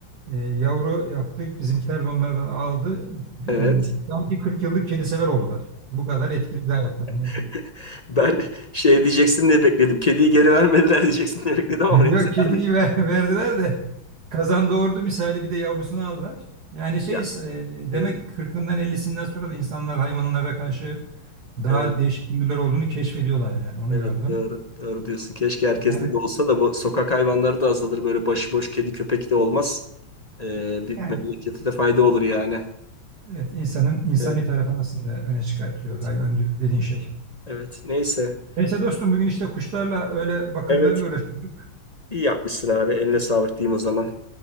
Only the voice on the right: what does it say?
e, yavru yaptık bizimkiler de onlardan aldı. Yani
sanki 40 yıllık kedi sever oldular. Bu kadar etkili bir hayatlar.
<laughs> Yok
kediyi
ver- verdiler de kazan doğurdu misali bir de yavrusunu aldılar. Yani
şey e, demek
40'ından 50'sinden sonra da insanlar hayvanlara karşı daha
değişik duygular olduğunu keşfediyorlar yani onu
gördüm.
Yani
yani
evet insanın insani
tarafını aslında öne çıkartıyor
hayvan diyor- dediğin şey.
Neyse dostum bugün işte kuşlarla öyle bakımlarıyla
uğraştık.